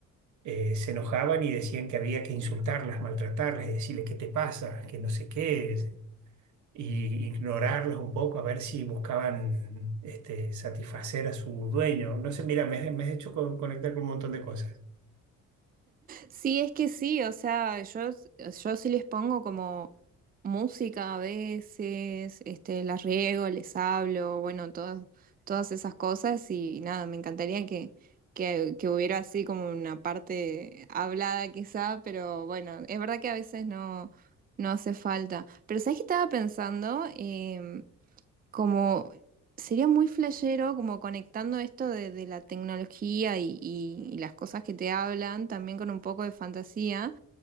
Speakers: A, on the right; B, on the right.
A: eh, se enojaban y decían que había que insultarlas, maltratarlas y decirles qué te pasa, que no sé qué, y ignorarlas un poco a ver si buscaban este, satisfacer a su dueño. No sé, mira, me, has me has hecho co- conectar con un montón de cosas.
B: Sí, es que sí, o sea, yo, yo sí les pongo como música a veces, este, las riego, les hablo, bueno, todas, todas esas cosas y nada, me encantaría que, que, que hubiera así como una parte hablada quizá, pero bueno, es verdad que a veces no, no hace falta. Pero ¿sabes qué estaba pensando? em, como sería muy flashero, como conectando esto de, de la tecnología y, y- y las cosas que te hablan, también con un poco de fantasía,